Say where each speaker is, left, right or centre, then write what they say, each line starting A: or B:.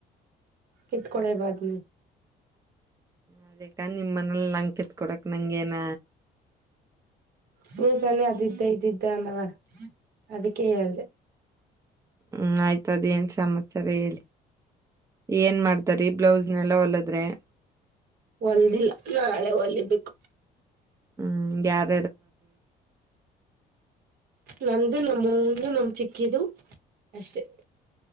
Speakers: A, on the right (about 70°); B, on the right (about 20°).
A: ಕತ್ಕೊಳೆ ಬಾದ್ಮ್.
B: ಅದಿಕ ನಿಮ್ಮ ಮನೆಯಲ್ಲಿ ನಂಗ ಕಿತ್ಕೊಡಕ್ ನಂಗೇನ.
A: ನೀ ತಾನೆ ಅದಿತ ಇದಿದ್ದ ಅಂದ್ದವ ಅದಕ್ಕೆ ಹೇಳ್ದೆ.
B: ಹ್ಮ್ ಆಯ್ತದ ಏನ್ ಸಮಾಚಾರ ಹೇಳಿ. ಏನ್ ಮಾಡ್ತಾರಿ ಬ್ಲೌಸ್ನೆಲ್ಲ ಹೊಲದ್ರೆ
A: ಹೊಲ್ದಿಲ್ಲ ನಾಳೆ ಹೊಲಿ ಬೆಕ್ಕು.
B: ಹ್ಮ್ ಯಾರ್
A: ನಂದು ನಮ್ಮ ಅವ್ವುದು ನಮ್ಮ ಚಿಕ್ಕಿದು. ಅಷ್ಟೇ.